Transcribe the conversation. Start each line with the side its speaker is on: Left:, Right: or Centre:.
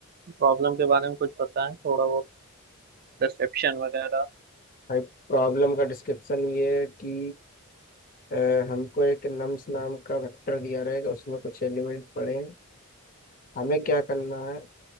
Right: प्रॉब्लम के बारे में कुछ बताएं थोड़ा बहुत परसेप्शन वगैरह
Left: भाई प्रॉब्लम का डिस्क्रिप्शन ये है कि अ, हमको एक नम्स नाम का वेक्टर दिया रहेगा उसमें कुछ एलिमेंट पड़े हैं हमें क्या करना है